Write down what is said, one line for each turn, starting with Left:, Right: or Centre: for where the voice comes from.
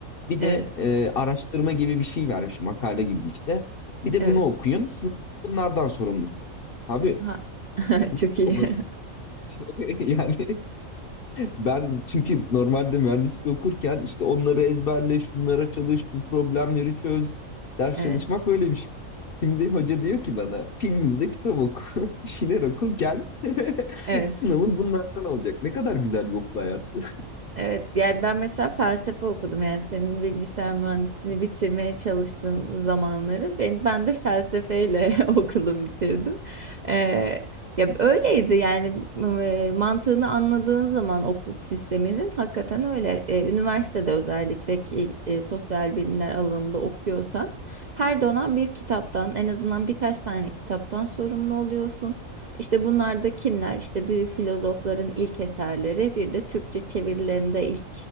Left: Bir
Right: Evet,
Left: de e, araştırma gibi bir şey vermiş makale gibi işte. Bir de
Right: evet.
Left: bunu okuyun. Sınav bunlardan sorumlusunuz. Abi
Right: Ha. <laughs>
Left: ne
Right: Çok iyi.
Left: olabilir
Right: <laughs>
Left: <laughs> yani ben çünkü normalde mühendislik okurken işte onları ezberle, şunlara çalış, bu problemleri çöz. Ders
Right: Evet.
Left: çalışmak böyle bir şey. Şimdi hoca diyor ki bana film izle, kitap oku, <laughs> bir şeyler oku, gel. <laughs>
Right: Evet.
Left: Sınavın bunlardan olacak. Ne kadar güzel bir okul hayatı.
Right: Evet, yani ben mesela felsefe okudum. Yani senin bilgisayar mühendisliğini bitirmeye çalıştığın zamanları ben ben de felsefeyle <laughs> okulu bitirdim. Ee, ya öyleydi yani e, mantığını anladığın zaman okul sisteminin hakikaten öyle. Ee, üniversitede özellikle ki e, sosyal bilimler alanında okuyorsan her dönem bir kitaptan en azından birkaç tane kitaptan sorumlu oluyorsun. İşte bunlar da kimler? İşte büyük filozofların ilk eserleri, bir de Türkçe çevirilerinde ilk